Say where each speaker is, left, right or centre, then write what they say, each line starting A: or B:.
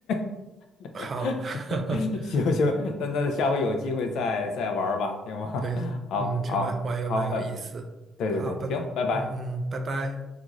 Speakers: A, on the left; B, on the right.
A: <laughs>
B: 好，
A: <laughs>
B: <laughs>
A: 行行，那那下回有机会再再玩儿吧，行吗？
B: 对，
A: <laughs> 好，
B: 嗯，这蛮我也蛮有意思。
A: 好，好，拜，对对对，
B: 好，拜，
A: 行，拜拜。
B: 嗯嗯，拜拜。